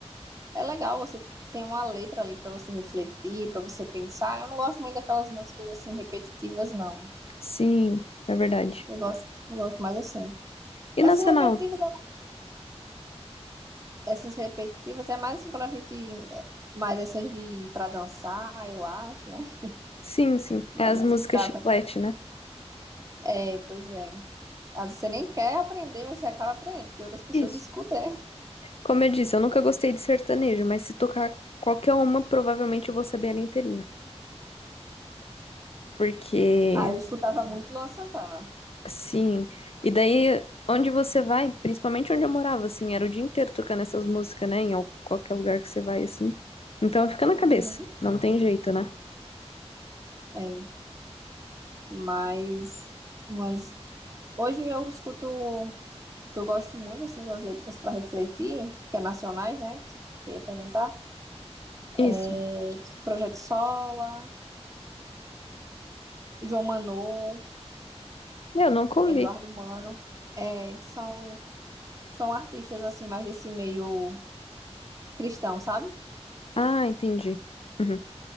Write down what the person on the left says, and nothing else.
Sim, é verdade.
E
nacional?
Sim, sim.
É as
músicas
chiclete,
né?
Isso.
Como eu disse, eu nunca gostei de sertanejo, mas se tocar qualquer uma, provavelmente eu vou saber ela inteirinha. Porque,
assim, e daí onde você vai, principalmente onde eu morava, assim, era o dia inteiro tocando essas músicas, né? Em al- qualquer lugar que você vai, assim. Então fica na cabeça,
não tem jeito, né?
Isso.
Eu nunca ouvi.
Ah, entendi. Uhum.